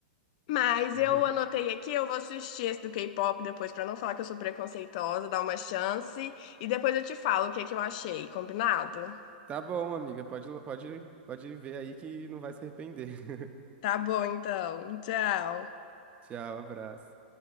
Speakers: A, on the left; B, on the right.
A: Mas
B: <laughs>
A: eu anotei aqui, eu vou assistir esse do K-pop depois, pra não falar que eu sou preconceituosa, dar uma chance. E depois eu te falo o que que eu achei, combinado?
B: Tá bom, amiga. Pode, pode, pode ver aí que não vai se arrepender. <laughs>
A: Tá bom, então. Tchau.
B: Tchau, abraço.